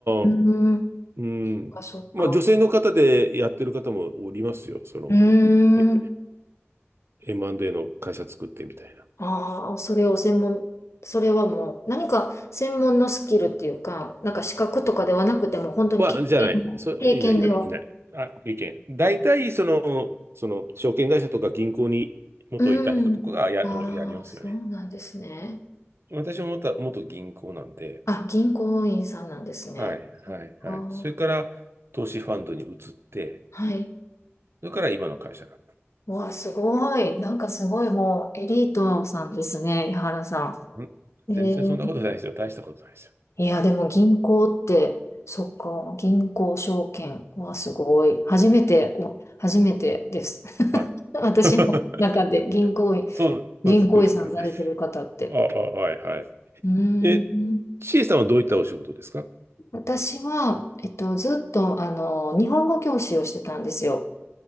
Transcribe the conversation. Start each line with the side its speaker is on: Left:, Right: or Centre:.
Left: うん。
Right: あ、うん。
Left: あ、そっか。
Right: まあ、女性の方でやってる方もおりますよ。その、
Left: うー
Right: え
Left: ん。
Right: M&A の会社作ってみたいな。
Left: ああ、それを専門、それはもう何か専門のスキルっていうか、なんか資格とかではなくても、本当に経験、
Right: は、じゃない。そ、いない、
Left: 経験では。
Right: いない、いない。あ、意見。大体、その、その、証券会社とか銀行に元いた人とかがや、
Left: うん。ああ、
Right: をやりますよね。
Left: そうなんですね。
Right: 私も元、元銀行なんで、
Left: あ、銀行員さんなんですね。
Right: はい、
Left: そっか。
Right: はい、はい。それから、投資ファンドに移って、
Left: はい。
Right: それから今の会社な
Left: わあ、すごい。なんかすごいもうエリートさんですね、井原さ
Right: ん。ん全然そんなことないですよ。
Left: ん。えー、
Right: 大したことないですよ。
Left: いや、でも銀行って、そっか、銀行証券はすごい。初めて、お、初めてです。<laughs>
Right: はい。
Left: 私の中で銀行員、
Right: <laughs> そう、
Left: 銀行員さんされてる方って。
Right: そうですそうですか。ああ、はいはい。
Left: うーん。
Right: え、ちえさんはどういったお仕事ですか
Left: 私は、えっと、ずっと、あの、日本語教師をしてたんですよ。